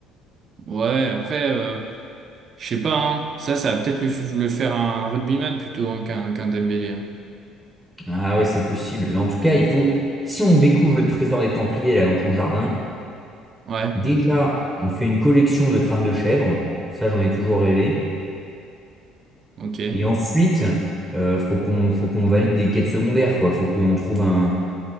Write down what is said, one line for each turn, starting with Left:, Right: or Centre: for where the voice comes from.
Right: Ouais, après, euh, je sais pas, hein. Ça, ça va peut-être lui f- le faire un rugbyman plutôt hein, qu'un qu'un Dembélé. hein.
Centre: Ah ouais, c'est possible. Mais en tout cas, il faut, si on découvre le trésor des Templiers là dans ton jardin,
Right: Ouais,
Centre: déjà, on fait une collection de crânes de chèvre. Ça, j'en ai toujours rêvé.
Right: ok.
Centre: Et ensuite, euh, faut qu'on, faut qu'on valide des quêtes secondaires, quoi. Faut qu'on trouve un,